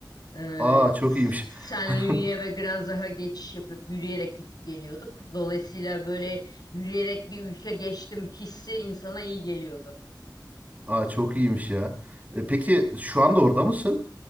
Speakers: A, on the left; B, on the right.
A: Ee,
B: Aa çok
A: S-
B: iyiymiş.
A: Saint-Louis'e
B: <laughs>
A: ve Granzach'a geçiş yapıyorduk. Yürüyerek gidip geliyorduk. Dolayısıyla böyle yürüyerek bir ülke geçtim hissi insana iyi geliyordu.
B: Aa çok iyiymiş ya. E, peki şu anda orada mısın?